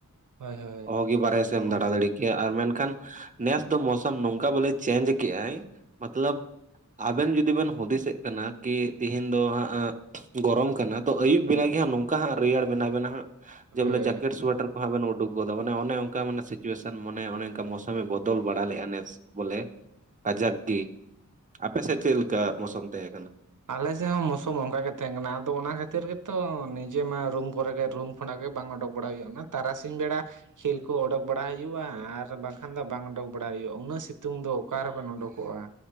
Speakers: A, on the right (about 75°); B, on the right (about 25°).
A: ᱦᱳᱭ ᱦᱳᱭ
B: ᱚᱦᱚ ᱜᱤ ᱵᱟᱨᱦᱮ ᱥᱮᱫ ᱮᱢ
A: ᱦᱳᱭ
B: ᱫᱟᱬᱟ ᱫᱟᱲᱮ ᱠᱮᱭᱟ ᱟᱨ ᱢᱮᱱ ᱠᱷᱟᱱ ᱱᱮᱥ ᱫᱚ ᱢᱳᱥᱚᱢ ᱱᱚᱝᱠᱟ ᱵᱚᱞᱮ ᱪᱮᱧᱡᱽ ᱠᱮᱜ ᱟᱭ ᱢᱟᱛᱞᱟᱵᱽ ᱟᱵᱮᱱ ᱡᱩᱫᱤ ᱵᱮᱱ ᱦᱩᱫᱤᱥᱮᱜ ᱠᱟᱱᱟ ᱠᱤ ᱛᱤᱦᱤᱧ ᱫᱚ ᱦᱟᱸᱜ ᱜᱚᱨᱚᱢ ᱠᱟᱱᱟ᱾ ᱛᱚ ᱟᱹᱭᱩᱵ ᱵᱮᱞᱟ ᱜᱮ ᱦᱟᱸᱜ ᱱᱚᱝᱠᱟ ᱦᱟᱸᱜ ᱨᱮᱭᱟᱲ ᱵᱮᱱᱟ ᱵᱮᱱᱟ ᱦᱟᱸᱜ
A: ᱦᱳᱭ
B: ᱡᱮ ᱵᱚᱞᱮ
A: ᱦᱳᱭ
B: ᱡᱮᱠᱮᱴ ᱥᱚᱭᱴᱟᱨ ᱦᱟᱸᱜ ᱵᱮᱱ ᱩᱰᱩᱠ ᱜᱚᱫ ᱢᱟᱱᱮ ᱚᱱᱮ ᱚᱱᱠᱟ ᱢᱟᱱᱮ ᱥᱤᱪᱩᱭᱮᱥᱚᱱᱟᱱᱮ ᱢᱚᱱᱮ ᱚᱱᱠᱟ ᱢᱳᱥᱚᱢ ᱮ ᱵᱚᱫᱚᱞ ᱵᱟᱲᱟ ᱞᱮᱜᱼᱟ ᱱᱮᱥ᱾ ᱵᱚᱞᱮ ᱠᱟᱡᱟᱠ ᱜᱤ᱾ ᱟᱯᱮ ᱥᱮᱫ ᱪᱮᱫ ᱞᱮᱠᱟ ᱢᱳᱥᱚᱢ ᱛᱟᱦᱮᱸ ᱠᱟᱱᱟ᱾
A: ᱟᱞᱮ ᱥᱮᱫ ᱦᱚᱸ ᱢᱳᱥᱚᱢ ᱚᱱᱠᱟ ᱜᱮ ᱛᱟᱦᱮᱸ ᱠᱟᱱᱟ ᱟᱫᱚ ᱚᱱᱟ ᱠᱷᱟᱹᱛᱤᱨ ᱜᱮᱛᱚ ᱱᱤᱡᱮ ᱢᱟ ᱨᱩᱢ ᱠᱚᱨᱮ ᱜᱮ ᱨᱩᱢ ᱠᱷᱚᱱᱟᱜ ᱜᱮ ᱵᱟᱝ ᱚᱰᱩᱠ ᱵᱟᱲᱟ ᱦᱩᱭᱩᱜ-ᱟ ᱛᱟᱨᱟᱥᱤᱧ ᱵᱮᱲᱟ ᱠᱷᱮᱞ ᱠᱚ ᱚᱰᱚᱠ ᱵᱟᱲᱟ ᱦᱩᱭᱩᱜ-ᱟ ᱟᱨ ᱵᱟᱝ ᱠᱷᱟᱱ ᱫᱚ ᱵᱟᱝ ᱚᱰᱩᱠ ᱵᱟᱲᱟ ᱦᱩᱭᱩᱜ-ᱟ ᱩᱱᱟᱹᱜ ᱥᱤᱛᱩᱝ ᱫᱚ ᱚᱠᱟ ᱨᱮ ᱵᱮᱱ ᱩᱰᱩᱠᱚᱜ-ᱟ᱾